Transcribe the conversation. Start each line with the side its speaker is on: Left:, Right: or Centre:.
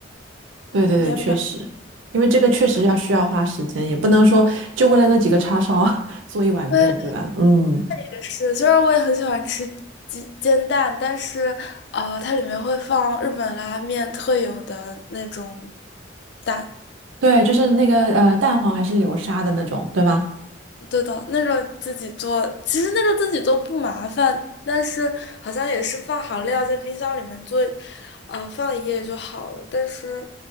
Right: 对对对，
Left: 也买。
Right: 确实，因为这个确实要需要花时间，
Left: 然后
Right: 也不能说就为了那几个叉烧 <laughs> 做一碗面，
Left: 对，
Right: 对吧？嗯，
Left: 也是，虽然我也很喜欢吃煎煎蛋，但是呃，它里面会放日本拉面特有的那种蛋，
Right: 对，就是那个呃蛋黄还是流沙的那种，对吧？
Left: 对的，那种自己做，其实那个自己做不麻烦，但是好像也是放好料在冰箱里面做，呃，放一夜就好了，但是。